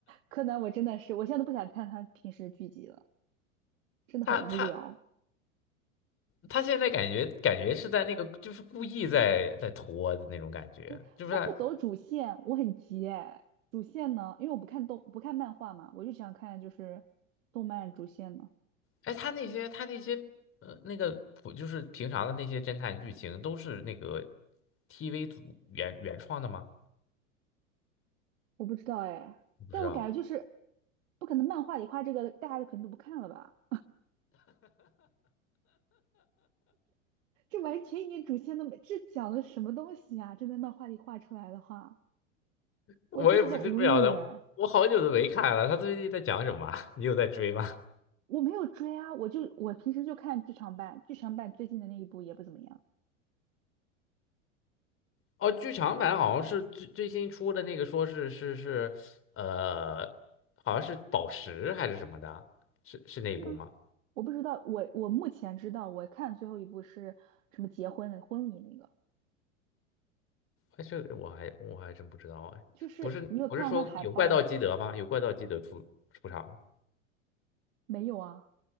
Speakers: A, on the right; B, on the left.
A: 柯南我真的是，我现在都不想看他平时剧集了，真的很无聊。
B: 他他他现在感觉感觉是在那个就是故意在在拖的那种感觉，
A: 对，
B: 就是他
A: 他不走主线，我很急哎。主线呢，因为我不看动，不看漫画嘛，我就想看就是动漫主线呢。
B: 哎他那些他那些呃那个普就是平常的那些侦探剧情都是那个 TV 组原原创的吗？
A: 我不知道哎，
B: 我不知道，
A: 但我感觉就是不可能漫画里画这个，大家肯定都不看了吧？这完全一点主线都没，这讲的什么东西啊？真的漫画里画出来的话。
B: 我也不知不晓得，
A: 我觉得很无语哎
B: 我好久都没看了，他最近在讲什么啊 <laughs> 你有在追吗？
A: 我没有追啊，我就我平时就看剧场版，剧场版最近的那一部也不怎么样，
B: 哦，剧场版好像是最最新出的那个，说是是是，呃，好像是宝石还是什么的啊，是是那一部吗？
A: 是吗？我不知道，我我目前知道，我看最后一部是什么结婚的婚礼那个，
B: 哎，这个我还我还真不知道哎，
A: 就是你有看到那海报吗？
B: 不是不是说有怪盗基德吗？有怪盗基德出出场吗？
A: 没有啊，